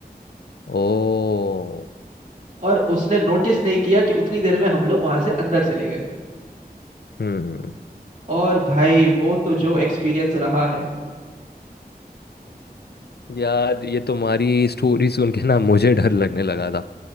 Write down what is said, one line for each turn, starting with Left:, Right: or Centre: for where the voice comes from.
Left: ओ
Right: और उसने नोटिस नहीं किया कि उतनी देर में हम लोग वहां से अंदर चले गए
Left: हम्म
Right: और भाई वो तो जो एक्सपीरियंस रहा है
Left: यार ये तुम्हारी स्टोरी सुन के ना मुझे डर लगने लगा था